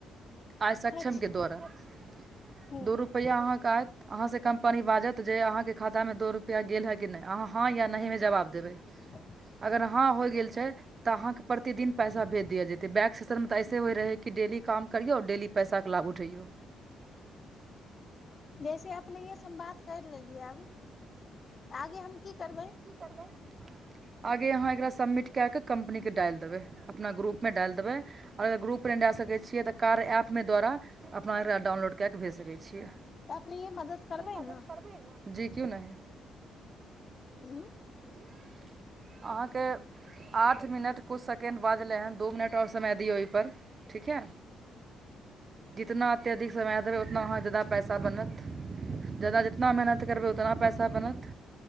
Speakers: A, on the right (about 35°); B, on the left (about 40°).
A: आइ सक्षम
B: अच्छा
A: के द्वारा दू
B: हूँ
A: रूप रुपैया आहाँ के आयत अहाँ से कम्पनी बाजत जे अहाँ के खाता मे दो रुपआ गेल है कि नहि अहाँ हँ या नहि मे जवाब देबै
B: ब <inaudible>
A: अगर हॅं होय गेल छै तऽ अहाँके प्रतिदिन पैसा भेज देल जेतै बैक सेसन मे तऽ ऐसे होय रहै कि डेली काम करिऔ डेली पैसाके लाभ उठैयौ
B: जैसे अपनैये से हम बात कर लेलियै तऽ आगे हम की करबै
A: करबै आगे अहाँ एकरा सबमिट कए कऽ कम्पनीके डाल देबै अपना ग्रुपमे डाल देबै आओर अगर ग्रुप डे जाए सकै छियै तऽ कार ऐपमे द्वारा अपना एकरा डाउनलोड कए कऽ भेज सकैत छियै
B: अपने मदद करबै
A: मदद
B: ने
A: करबै न जी क्यो नहि
B: उ
A: ह <inaudible> <unintelligible> अहाँके आठ मिनट कुछ सेकेण्ड बाजलै हँन दू मिनट आओर समय दियौ अईपर ठीक हइ जितना अत्यधिक समय देबै उतना अहाँ जादा पैसा बनत जाददा जितना मेहनत करबै उतना पैसा बनत